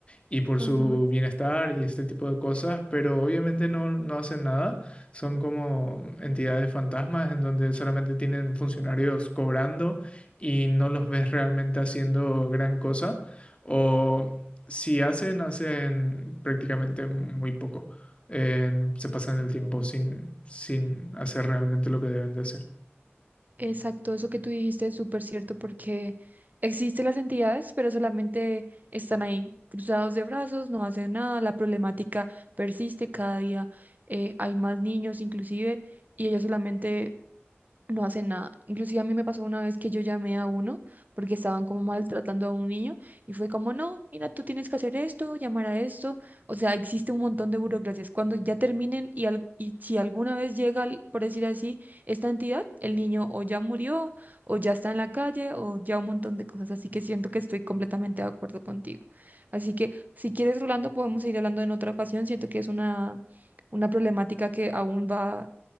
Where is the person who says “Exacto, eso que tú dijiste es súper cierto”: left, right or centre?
Right